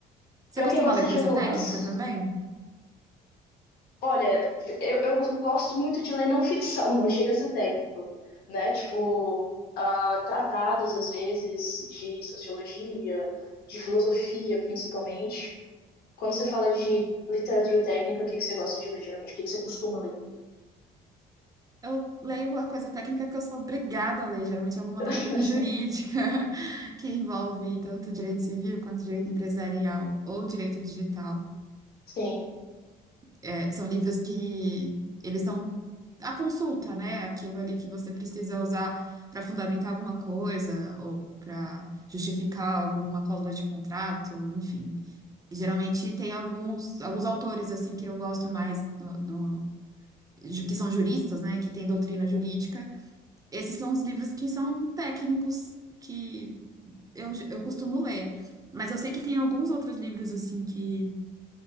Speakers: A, on the right; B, on the left.
A: Você
B: Pra
A: costuma
B: quem gosta
A: ler
B: de
A: coisa
B: romance,
A: técnica também?
B: Olha, eu, eu gosto muito de ler não ficção, não chega a ser técnico, né? Tipo, ah, tratados, às vezes, de sociologia, de filosofia, principalmente. Quando você fala de literatura técnica, o que que você gosta de ler, geralmente? O que que você costuma ler?
A: Eu leio a coisa técnica que eu sou obrigada a ler, geralmente é alguma
B: <laughs>
A: doutrina jurídica <laughs> que envolve tanto direito civil quanto direito empresarial ou direito digital.
B: Sim,
A: É, são livros que eles são a consulta, né? Aquilo ali que você precisa usar para fundamentar alguma coisa ou para justificar alguma cláusula de contrato, enfim. E, geralmente tem alguns, alguns autores assim que eu gosto mais no, no- ju- que são juristas, né? Que têm doutrina jurídica Esses são os livros que são técnicos, que eu, eu costumo ler. Mas eu sei que tem alguns outros livros, assim, que,